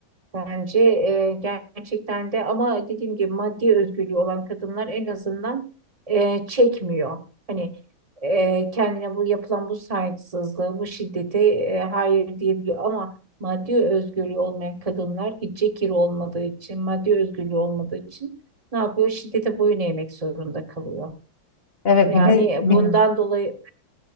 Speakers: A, on the right; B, on the left.
A: Bence e, gerçekten de ama dediğim gibi maddi özgürlüğü olan kadınlar en azından e, çekmiyor. Hani e, kendine bu yapılan bu saygısızlığı, bu şiddeti e, hayır diyebiliyor ama maddi özgürlüğü olmayan kadınlar gidecek yeri olmadığı için, maddi özgürlüğü olmadığı için ne yapıyor? Şiddete boyun eğmek zorunda kalıyor.
B: Evet
A: Yani
B: bir de bir,
A: bundan
B: Hı.
A: dolayı